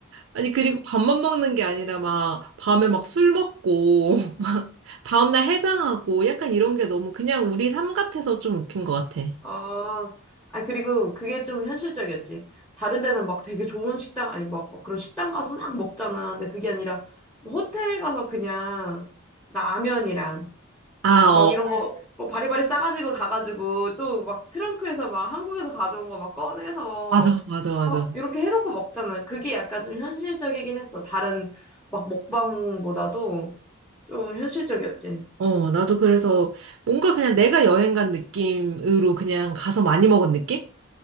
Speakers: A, on the right; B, in the centre.
A: 아니, 그리고 밥만 먹는 게 아니라 막 밤에 막 술 먹고 <laughs> 다음날 해장하고 약간 이런 게 너무 그냥 우리 삶 같아서 좀 웃긴 것 같아. 응.
B: 아, 아니, 그리고 그게 좀 현실적이었지. 다른 데는 막 되게 좋은 식당, 아니, 막, 막 그런 식당 가서 막 먹잖아. 근데 그게 아니라, 뭐 호텔 가서 그냥 라면이랑
A: 아,
B: 막
A: 어.
B: 이런 거, 뭐 바리바리 싸가지고 가가지고 또 막 트렁크에서 막 한국에서 가져온 거 막 꺼내서
A: 맞아, 맞아, 맞아.
B: 막 이렇게 해놓고 먹잖아. 그게 약간 좀 현실적이긴 했어. 다른 막 먹방보다도 좀 현실적이었지.
A: 어, 나도 그래서 뭔가 그냥 내가 여행 간 느낌으로 그냥 가서 많이 먹은 느낌?